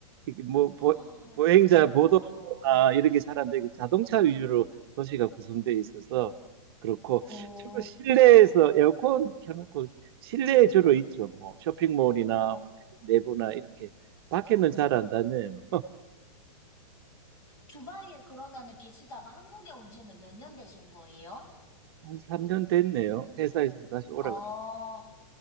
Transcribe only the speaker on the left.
아,
아,
오,
어.
두바이에 그러면은 계시다가 한국에 온 지는 몇 년 되신 거예요?
아,